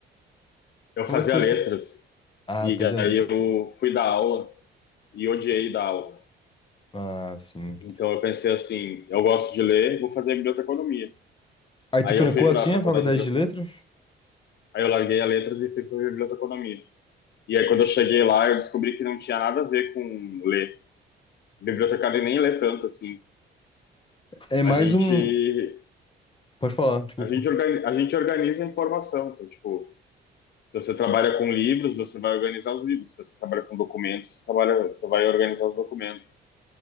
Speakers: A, on the left (about 60°); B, on the left (about 25°).
A: Eu
B: como
A: fazia
B: é que foi
A: letras,
B: assim? Ah,
A: e
B: tu fazia letra.
A: aí eu
B: Tipo...
A: fui dar aula e odiei dar aula.
B: Ah, sim.
A: Então eu pensei assim, eu gosto de ler, vou fazer biblioteconomia.
B: Aí tu
A: Aí
B: trancou
A: eu fui para
B: assim
A: a faculdade
B: a faculdade
A: de
B: de letras?
A: aí eu larguei a letras e fui para biblioteconomia. E aí quando eu cheguei lá, eu descobri que não tinha nada a ver com ler. Bibliotecário nem lê tanto assim.
B: É mais
A: A gente
B: um. Pode falar, desculpa.
A: a gente organiza, a gente organiza a informação, então, tipo, se você trabalha com livros, você vai organizar os livros. Se você trabalha com documentos, você, trabalha, você vai organizar os documentos.